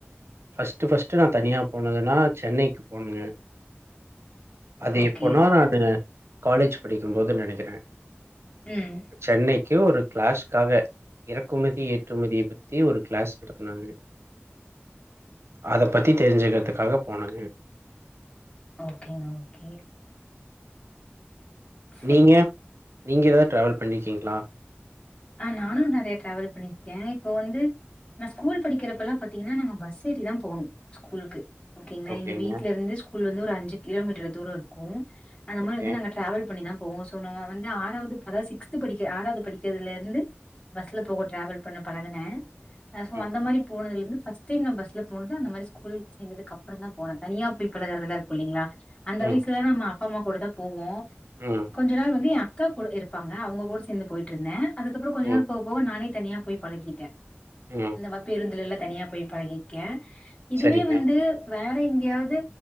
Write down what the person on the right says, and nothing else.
ஃபர்ஸ்ட்டு ஃபர்ஸ்ட்‌டு நா தனியா போனதுனா சென்னைக்கு போனே அது
எப்போனா நானு காலேஜ் படிக்கும்போது நெனைக்கறே
சென்னைக்கு ஒரு க்ளாஷ்காக இறக்குமதி ஏற்றுமதிய பத்தி ஒரு க்ளாஸ் நடத்துனாங்க அத பற்றி தெரிஞ்சுக்கிறதுக்காக போனங்க
நீங்க நீங்க ஏதாவது ட்ராவல் பண்ணியிருக்கீங்களா
ஓகேங்க.
ஓகே.
ம்.
ம்.
உம்
ம்.
ம்.
சரிங்க.